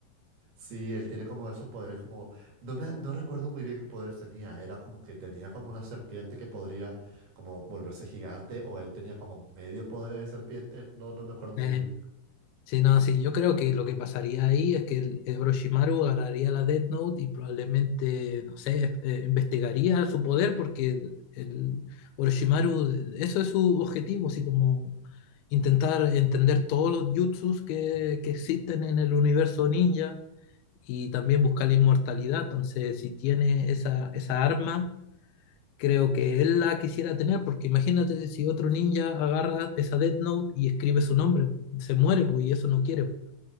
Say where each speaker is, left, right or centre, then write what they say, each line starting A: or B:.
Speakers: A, on the right; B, on the left.
A: Sí, él tiene como esos poderes como... No me, no recuerdo muy bien qué poderes tenía. Era como que tenía como una serpiente que podría como volverse gigante o él tenía como medio poder de serpiente. No, no me acuerdo
B: Eh,
A: muy bien.
B: Sí, no, sí, yo creo que lo que pasaría ahí es que el, el Orochimaru agarraría la Death Note y probablemente, no sé, eh, investigaría su poder porque el Orochimaru, eso es su objetivo, así como intentar entender todos los jutsus que, que existen en el universo ninja y también buscar la inmortalidad. Entonces, si tiene esa, esa arma, creo que él la quisiera tener porque imagínate si otro ninja agarra esa Death Note y escribe su nombre, se muere pues, y eso no quiere.